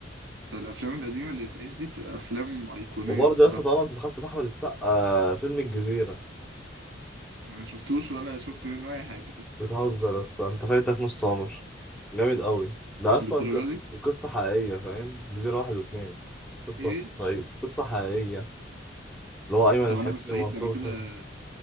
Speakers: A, on the right; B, in the centre.
A: فالافلام القديمه اللي بتعيش دي بتبقى افلام ايقونيه
B: وبرضه
A: الصراحه
B: يا اسطى طبعا انت دخلت في احمد السقا آه، فيلم الجزيره
A: انا ما شفتوش ولا شفت منه اي حاجه
B: بتهزر اصلا انت فايتك نص عمر جامد قوي ده اصلا
A: للدرجه
B: ق-
A: دي
B: قصة حقيقية فاهم جزيرة واحد واتنين قصة
A: ايه
B: في الصعيد قصة حقيقية اللي هو أيمن
A: طب
B: الحفني
A: انا مش سعيد
B: ومنصور
A: ده انا كده
B: الحفني